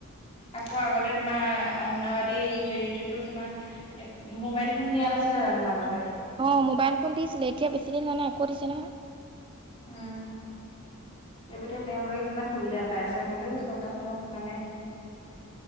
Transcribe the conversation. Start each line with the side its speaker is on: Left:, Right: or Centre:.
Left: আকৌ আগতে তোমাৰ অংগনাবাদী হেৰিটোতো তোমাৰ মোবাইল ফোন দিয়া নাছিলে জানো মাজতে
Right: অ মোবাইল ফোন দিছিলে এতিয়া বেছি দিন হে আকৌ দিছে নহয়
Left: উম সেবেতে তেওঁলোকে কিমান সুবিধা পাই আছে হ'লেও চৰকাৰখনক মানে